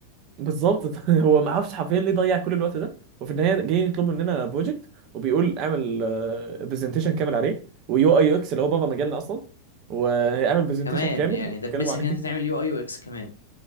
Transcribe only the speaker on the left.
كمان
يعني دبسك
ان انت تعمل يو اي يو اكس كمان